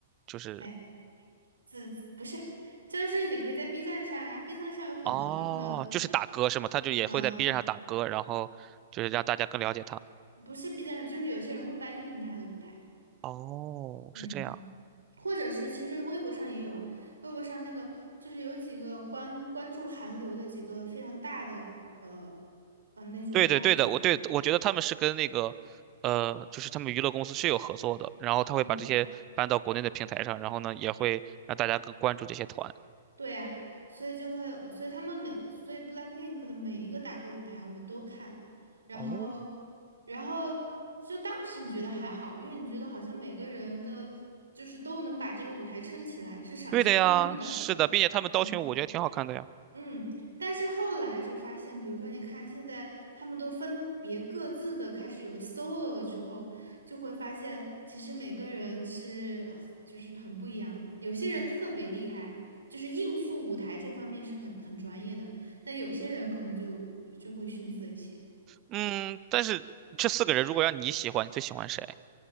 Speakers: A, on the right; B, on the right.
A: 就是
B: 哎，这不是，就是你可以在 B 站上呀，B 站上有很多他们的，
A: 哦，就是打歌是吗？他就也会在
B: 嗯、
A: B 站上打歌，然后就是让大家更了解他。
B: 不是 B 站上，就是有些人会搬运他的舞台，
A: 哦，
B: 嗯。
A: 是这样。
B: 或者是其实微博上也有啊，微博上那个就是有几个关关注韩流的几个非常大的呃呃那种
A: 对对对的，
B: UP 主，
A: 我对我觉得他们是跟那个，呃，就是他们娱乐公司是有合作的，然后他会把这些搬到国内的平台上，
B: 嗯，
A: 然后呢，也会让大家更关注这些团。
B: 对啊，所以就会，所以他们每，所以 BLACKPINK 的每一个打歌舞台我都看，然后
A: 哦，
B: 然后就当时你觉得还好，因为你觉得好像每个人的就是都能把这个舞台撑起来，是赏心悦目的，
A: 对的呀，是的，并且他们刀群舞我觉得挺好看的呀。
B: 嗯。嗯，但是后来就发现，比如说，你看现在他们都分别各自的开始有了 solo 了之后，就会发现其实每个人是就是很不一样的。有些人特别厉害，就是应付舞台这方面是很很专业的，但有些人可能就就会逊色一些。
A: 嗯，但是这四个人如果让你喜欢，你最喜欢谁？